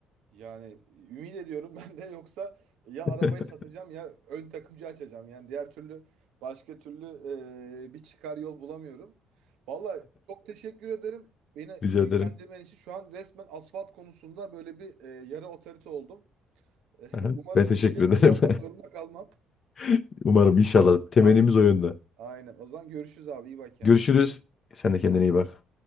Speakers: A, on the right; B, on the left.
A: Yani ümit ediyorum <laughs> ben de yoksa ya
B: <laughs>
A: arabayı satacağım ya ön takımcı açacağım. Yani diğer türlü başka türlü eee, bir çıkar yol bulamıyorum. Vallahi çok teşekkür ederim. Beni
B: Rica
A: bilgilendirmen
B: ederim.
A: için şu an resmen asfalt konusunda böyle bir eee, yarı otorite oldum. <laughs>
B: <laughs> Aha,
A: Umarım
B: Ben teşekkür
A: bu bilgileri
B: ederim.
A: kullanmak zorunda kalmam.
B: <laughs> Umarım inşallah temennimiz
A: A-
B: o yönde.
A: Aynen. O zaman görüşürüz abi. İyi bak kendine.
B: Görüşürüz. Sen de kendine iyi bak.